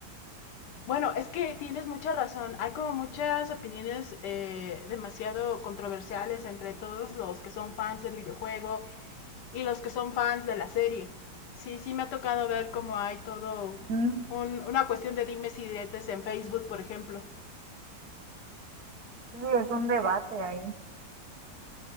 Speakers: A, on the left (about 75°); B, on the right (about 65°).
A: Bueno, es que tienes mucha razón. Hay como muchas opiniones eh, demasiado controversiales entre todos los que son fans del videojuego y los que son fans de la serie. Sí, sí me ha tocado ver cómo hay todo
B: Mm,
A: un- una cuestión de dimes y diretes en Facebook, por ejemplo.
B: Sí, es un debate ahí.